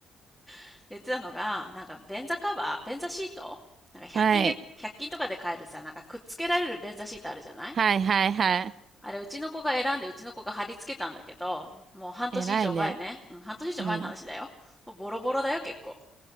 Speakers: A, in the centre; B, on the right.
A: <laughs> 言ってたのが、なんか便座カバー、便座シートなんか100均で、
B: はい。
A: 1均とかで買えるさ、なんかくっつけられる便座シートあるじゃない
B: はいはいはい。
A: あれ、うちの子が選んで、うちの子が貼り付けたんだけど、もう半年以上前ね。
B: 偉いね。
A: うん、半年以上前の話だよ。
B: うん。
A: もうボロボロだよ、結構。